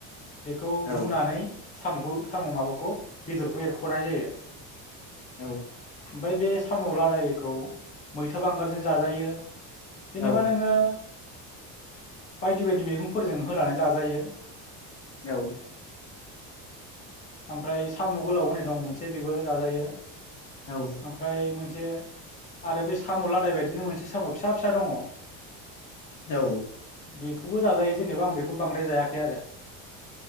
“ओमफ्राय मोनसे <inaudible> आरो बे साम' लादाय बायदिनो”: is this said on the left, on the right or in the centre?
Left